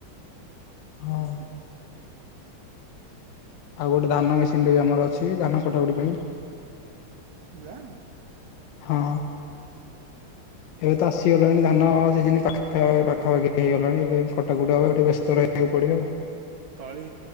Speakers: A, on the left; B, on the right.
A: ହଁ
B: ହୁଁ ହୁଁ।
A: ଆଉ ଗୋଟେ ଧାନ ମେସିନ୍ ଟେ ବି ଆମର ଅଛି ଧାନ କଟାକାଟି ପାଇଁ।
B: ଯାଉଁ।
A: ହଁ। ଏବେ ତ ଆସିଗଲାଣି ଧାନ ସିଜିନ୍ ପାଖା ପାଖାପାଖି ହେଇଗଲାଣି ଏବେ କଟାକୁଟି ହବ ଏବେ ଟିକେ ବ୍ୟସ୍ତ ରହି ବାକୁ ପଡିବ ଆଉ।
B: ତଳି